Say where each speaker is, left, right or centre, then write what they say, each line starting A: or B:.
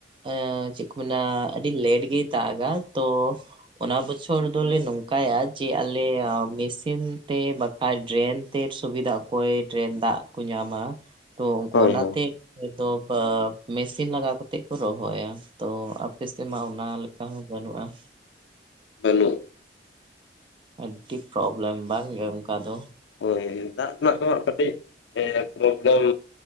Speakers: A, on the right (about 30°); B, on the left (about 70°).
A: ᱮᱸ ᱪᱮᱫ ᱠᱚ ᱢᱮᱱᱟ ᱟᱹᱰᱤ ᱞᱮᱴ ᱜᱮ ᱫᱟᱜᱟ, ᱛᱚ ᱚᱱᱟ ᱵᱚᱪᱷᱚᱨ ᱫᱚᱞᱮ ᱱᱚᱝᱠᱟᱭᱟ ᱡᱮ ᱟᱞᱮ ᱢᱮᱥ ᱤᱱ ᱛᱮ ᱵᱟᱠᱷᱟᱡ ᱰᱨᱮᱱ ᱛᱮ ᱥᱩᱵᱤᱫᱷᱟ ᱥᱩᱵᱤᱫᱷᱟ ᱚᱠᱚᱭ ᱰᱨᱮᱱ ᱫᱟᱜ ᱠᱚ ᱧᱟᱢᱟ ᱾ ᱛᱚ ᱩᱱᱠᱩ
B: ᱦᱳᱭ
A: ᱚᱱᱟᱛᱮ
B: ᱦᱳᱭ
A: ᱫᱚ ᱢᱮᱥᱤᱱ ᱞᱟᱜᱟᱣ ᱠᱟᱛᱮᱫ ᱠᱚ ᱨᱚᱦᱚᱭᱟ ᱾ ᱛᱚ ᱟᱯᱮ ᱥᱮᱫ ᱢᱟ ᱚᱱᱟ ᱞᱮᱠᱟ ᱦᱚᱸ ᱵᱟᱹᱱᱩᱜᱼᱟ ᱾
B: ᱵᱟᱹᱱᱩᱜ
A: ᱟᱹᱰᱤ ᱯᱨᱳᱵᱞᱮᱢ ᱵᱟᱝᱜᱮ ᱚᱱᱠᱟ ᱫᱚ ᱾
B: ᱦᱳᱭ ᱫᱟᱜ ᱨᱮᱱᱟᱜ ᱫᱚ ᱦᱟᱸᱜ ᱠᱟᱹᱴᱤᱡ ᱯᱨᱚᱵᱞᱮᱢ